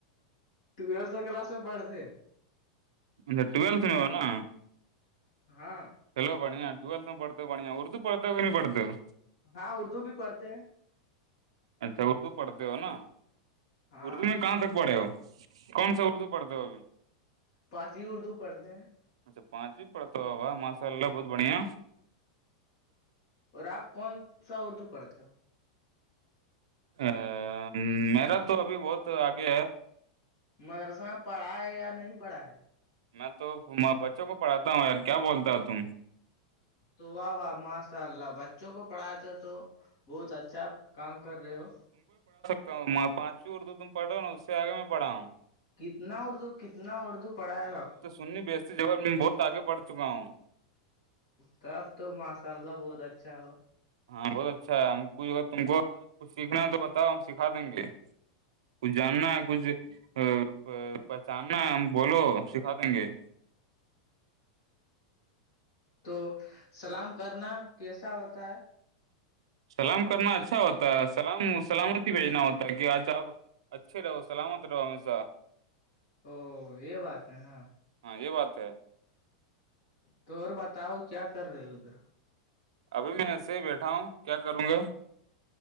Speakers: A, on the left (about 60°); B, on the right (about 80°).
A: ٹیلھ کلاس میں پڑھتے <unintelligible>
B: انا ٹولت نہیں ہو نا
A: ہاں
B: چلو
A: <unintelligible>
B: بڑھیا ٹویلتھ میں پڑھتے ہو بڑھیا اردو پڑھتے ہو کہ نہیں پڑھتے ہو
A: ہاں اردو بھی پڑھتے ہیں <unintelligible> <inaudible>
B: اچھا اردو پڑھتے ہو نا <unintelligible>
A: ہاں
B: اردو میں کہاں تک پڑھے ہو کون سا اردو پڑھتے ہو ابھی
A: پانچویں اردو پڑھتے ہیں
B: اچھا پانچویں پڑتا ہو ماشاء اللہ بہت بڑھیا
A: اور آپ کون سا اردو پڑھتے ہو
B: ا میرا تو ابھی بہت آگے ہے <unintelligible>
A: مدرسہ پڑھا ہے یا نہیں پڑھا ہے
B: میں تو بچوں کو پڑھاتا ہوں یار کیا بولتا ہے تم
A: تو واہ واہ ماشاء اللہ بچ بچوں کو پڑھات تھ تو بہت اچھا کام کر رہے ہو
B: تواں پانچویں اردو تم پڑھو نا اس سے آگے میں پڑھا ہوں
A: کتنا اردو کتنا اردو پڑھائے گا
B: سننی بیچتی جب میں بہت آگے بڑ چکا ہوں
A: تب تو ماشاء اللہ بہت اچھا ہوا
B: ہاں بہت اچھا ہے ہم کچھ اگر تم کو کچھ سیکھنا ہے تو بتاؤ ہم سکھا دیں گے کچھ جاننا ہے کچھ ا پہچاننا بولو سکھا دیں گے <inaudible>
A: تو سلام کرنا کیسا ہوتا ہے
B: سلام کرنا اچھا ہوتا ہے سلام سلامتی بھیجنا ہوتا ہے کہ آج آپ اچھے رہو سلامت رہو ہمیشہ
A: او یہ بات ہے نا
B: ہاں یہ بات ہے
A: تو اور بتاؤ کیا کر رہے ہو ادھر
B: ابھی میں ایسے ہی بیٹھا ہوں کیا کروں گا